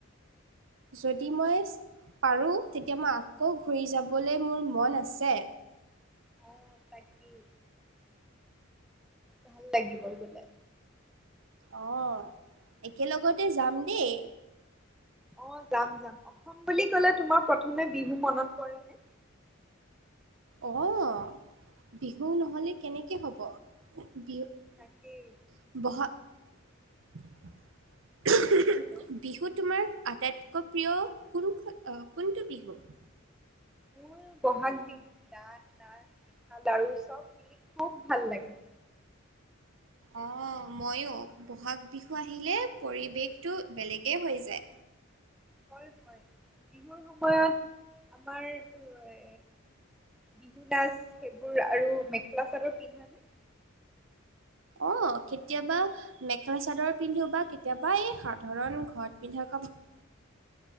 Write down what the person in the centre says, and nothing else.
অ তাকেই ভাল লাগিব গ'লে।
অ' যাম-যাম। অসম বুলি ক'লে তোমাৰ প্ৰথমে বিহু মনত পৰেনে?
তাকেই
হেল্ল'
মোৰ ব'হাগ বিহু গান, নাচ, পিঠা-লাৰু চব মিলি খুব ভাল লাগে।
হয়-হয়। বিহুৰ সময়ত আমাৰ এইটো এ বিহুনাচ সেইবোৰ আৰু মেখেলা চাদৰ পিন্ধানে?